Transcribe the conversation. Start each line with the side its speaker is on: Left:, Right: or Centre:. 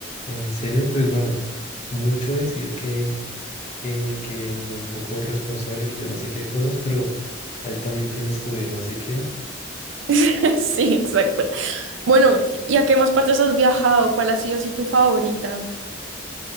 Left: En serio, pues bueno. mucho decir que, que, que muy poco responsable, que yo no sé qué cosas, pero ahí también tienes tu video. Así que,
Right: <laughs> Sí, exacto. Bueno, ¿y a qué más partes has viajado? ¿Cuál ha sido así tu favorita?